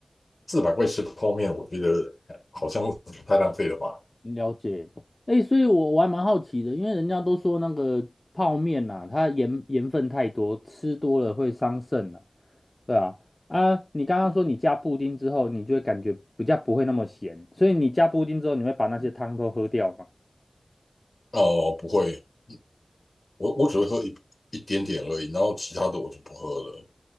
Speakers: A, on the left (about 70°); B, on the left (about 40°).
A: 四百块吃泡面，我觉得好像太浪费了吧？
B: 了解。哎，所以我我还蛮好奇的，因为人家都说那个泡面呐、它盐盐分太多，吃多了会伤肾呐、对啊，啊，你刚刚说你加布丁之后，你就会感觉比较不会那么咸，所以你加布丁之后，你会把那些汤都喝掉吗？
A: 哦、不会，我我只会喝一一点点而已，然后其他的我就不喝了。